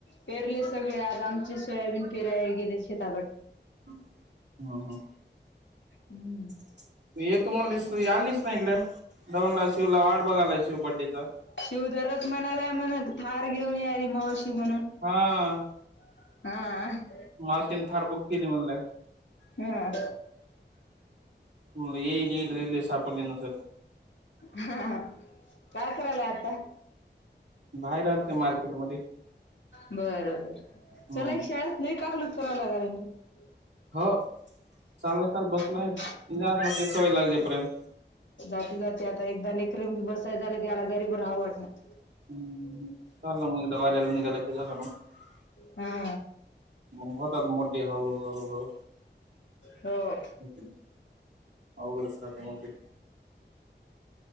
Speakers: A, on the left; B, on the right.
A: पेरले सगळे आज, आमचे सोयाबीन पेरायला गेले शेताकड.
B: हा, हा,
A: हम्म
B: तू येतो म्हणलीस तू आलीच ना इकडे, दौडला शिवला, वाट बघायला, शिव बड्डेचा
A: शिव दररोज म्हणाला म्हण, थार घेऊन यायली मावशी म्हणून.
B: हा.
A: हा.
B: मावशीने थार बुक केली म्हणलाय.
A: हा
B: म्हणलं येईल, येईल, रेल्वे सापडली नसल.
A: हा काय करायला आता?
B: बाहेर आल ते मार्केट मध्ये
A: बरबर
B: हम्म
A: चला एक शा ळेत नाही काकलुत <unintelligible> फिरायला लागलाय <unintelligible>
B: हो चालाय, काल बसलाय
A: हा
B: म्हणजे आपलं ते सवय लागेपर्यंत.
A: जाती जाते आता एकदा निक्र बसाय झाल की आला गरीब राहावं वाटणा. <unintelligible>
B: हं चाललं मग दाऱ्याला निघाला कि झालं मग <unintelligible>
A: हा
B: म होतात मोठे, हळु, हळु,
A: हो
B: हळु अवघडच राहते मग ते.